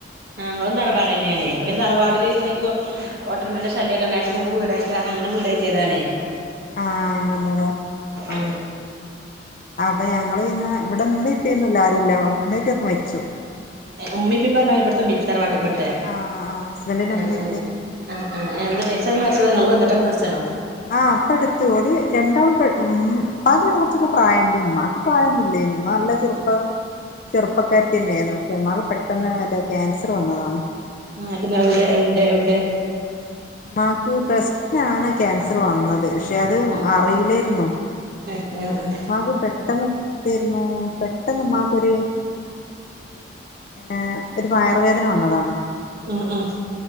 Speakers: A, on the right; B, on the left.
A: ഞങ്ങളും തറവാട് തന്നെയാണേ അത് തറവാടില് ഇങ്ങനെക്കൊ കോട്ടര്മന്റെ ശല്യക്കെ ഇണ്ടായപ്പോ നമക്ക് വീട് കയറ്റാർഞ്ഞ് അങ്ങനെ വീട് കയറ്റിയതാണേ
B: ആഹ് അങ്ങനലേ ആഹ് ആഹ്
A: ഉം
B: അപ്പൊ ഞങ്ങള് പിന്നെ ഇവടെ ഇമ്മീം, ഇപ്പിയൊന്നുല്ല ആരുല്ല ഇമ്മീം ഇപ്പിയൊക്കെ മരിച്ചു
A: ഇമ്മീപ്പേം പറഞ്ഞാല് ഇബട്ത്തെ ഇമ്മ്പ്പി തറവാട് ഇബട്ത്തെ?
B: ആഹ് ആഹ് ഹസ്ബൻഡിന്റെ
A: ഏഹ്
B: ഇമ്മീം,
A: ഏഹ്
B: ഇപ്പീ
A: ഏഹ് ആഹ് ആഹ് എന്ത വെയസ്സായി മരിച്ചത ഇങ്ങള് വന്നിട്ടൊക്കെ മരിച്ചതണോ?
B: ആഹ് ഇപ്പ അടുത്ത് ഓല് രണ്ടാളും പെ മ് ഇപ്പാക്ക് പിന്നെ കുറച്ചൊക്കെ പ്രായംണ്ട് ഇമ്മാക്ക് പ്രായൊന്നുല്ലേന്നു ഇമ്മ നല്ല ചെറുപ്പ ചെറുപ്പക്കാര്ത്തി തന്നേന്നു പക്ഷേ ഇമ്മാക്ക് പെട്ടന്ന് മറ്റെ ക്യാൻസർ വന്നതാണ്
A: ആണ്ട് ഇങ്ങള് എവിടെയിണ്ടെ എവിടെ?
B: ഇമ്മാക്ക് ബ്രസ്റ്റിനാണ് ക്യാൻസർ വന്നത് പക്ഷെ അത്
A: ആഹ്
B: അറിയിലേരുന്നു
A: ഏഹ് ഏഹ്
B: ഇമ്മാക്ക് പെട്ട പെട്ടെന്ന് എന്തേരുന്നു പെട്ടെന്ന് ഇമ്മാക്കൊര് ഏഹ് ഒരു വയറുവേദന വന്നതാണ്
A: ആഹ് ആഹ്